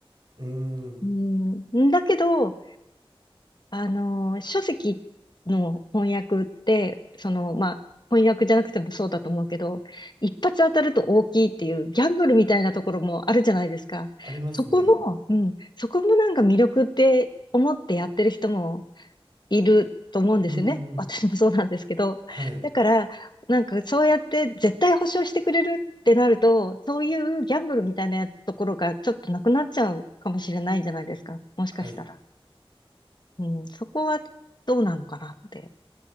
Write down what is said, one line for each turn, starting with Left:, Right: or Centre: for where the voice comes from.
Right: うー
Left: うん、
Right: ん、
Left: んだけど、あの、書籍の翻訳って、その、まあ、翻訳じゃなくてもそうだと思うけど、一発当たると大きいっていうギャンブルみたいなところもあるじゃないですか。
Right: ありますね。
Left: そこも、うん、そこもなんか魅力って思ってやってる人もいると思うんですよね。
Right: うー
Left: 私もそうなんですけど。
Right: ん、はい、
Left: だから、なんかそうやって絶対保証してくれるってなると、そういうギャンブルみたいなところがちょっとなくなっちゃうかもしれないじゃないですか。もしかしたら。
Right: はい。
Left: うん、そこはどうなのかなって。